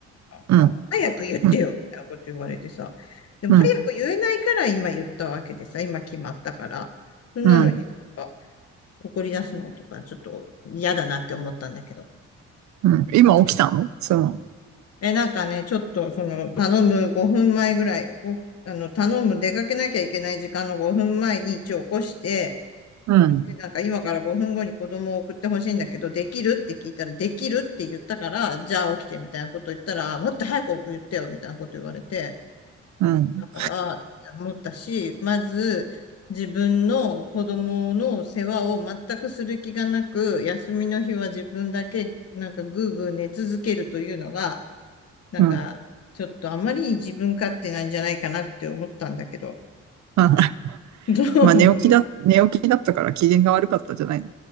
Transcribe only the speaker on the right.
うん、うん、
うん、
う
ん、
うん。今起きたのその、
うん、
うん、
うん。あ
まあ寝起きだ、寝起きだったから機嫌が悪かったじゃないの。